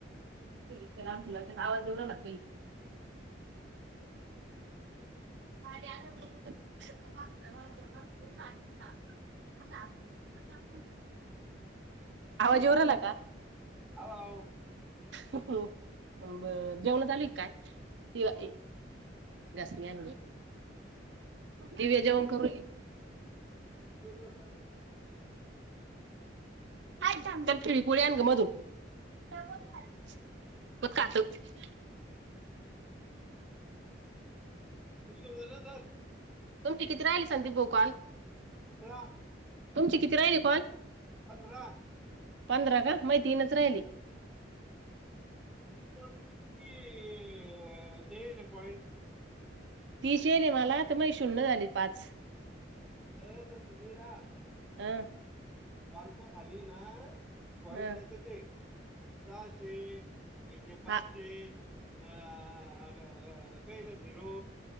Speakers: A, on the right; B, in the centre.
A: तर आमुला आवाज जवला नका इथ. <unintelligible> आवाजेवर आला का.
B: हो.
A: हो ब जेवण झाली काय ते्हा.
B: हाव
A: दसण्या दिव्याजवन करू.
B: <unintelligible>
A: <unintelligible> <unintelligible>
B: <unintelligible>
A: तुमची किती राहील संदीप भोकाल.
B: पंधरा
A: तुमची किती राहिले कॉल
B: पंधरा
A: पंधरा का महि तीनच राहिली.
B: त्याच्यावर किती किती अ ते येईल पॉइंट?
A: तीशेल मला तर मग शून्य झाले पाच.
B: आगय तस नाही रात
A: अ
B: मालच्या खाली ना -- पॉइंट
A: ह
B: देतो ते सहाशे इशे पाचशे.
A: हा
B: अ अगं कयला झिरू.